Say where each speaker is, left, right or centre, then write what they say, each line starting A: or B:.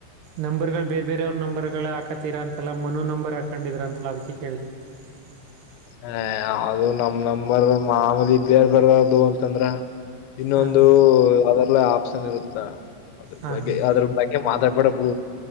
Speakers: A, on the right (about 70°); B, on the left (about 85°).
A: ನಂಬರ್ಗಳು ಬೇರೆ ಬೇರೆಯವ್ರ ನಂಬರ್ಗಳು ಹಾಕತ್ತೀರಾ ಅಂತಲ್ಲ ಮನು ನಂಬರ್ ಹಾಕೊಂಡಿದ್ರಾ ಅಂತಲ್ಲ ಅದಕ್ಕೆ ಕೇಳಿ <unintelligible>
B: ಹ ಅದು ನಮ್ ನರ್ ಮಾಮಲಿ ಬೇರ್ ಬರ್ದು ಅಂತಂದ್ರ ಇನ್ನೊಂದು
A: ಹಾಂ
B: ಅದ್ರಲ್ಲ ಆಪ್ಷನ್ ಇರುತ್ತಾ ಅದ್ರ
A: ಹಾಂ
B: ಬಗ್ಗೆ
A: ಹಾಂ
B: ಅದ್ರ ಬಗ್ಗೆ ಮಾ ಡಬ್ಬಡಬ್ಬು